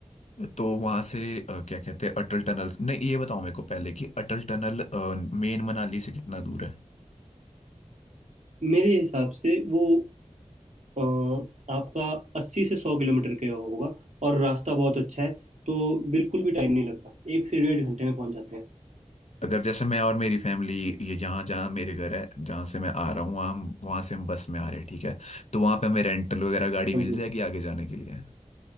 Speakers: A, on the left; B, on the right.
A: तो वहां से अ, क्या कहते हैं अटल टनल नहीं ये बताओ मेरे को पहले कि अटल टनल मेन मनाली से कितना दूर है
B: मेरे हिसाब से वो अ, आपका अस्सी से सौ किलोमीटर के होगा और रास्ता बहुत अच्छा है तो बिल्कुल भी टाइम नहीं लगता एक से डेढ़ घंटे में पहुंच जाते हैं
A: अगर जैसे मैं और मेरी फैमिली ये जहाँ जहाँ मेरे घर है जहाँ से मैं आ रहा हूँ वहाँ वहाँ से हम बस में आ रहे हैं ठीक है तो वहाँ पे हमें रेंटल वगैरह गाड़ी
B: समझिए।
A: मिल जाएगी आगे जाने के लिए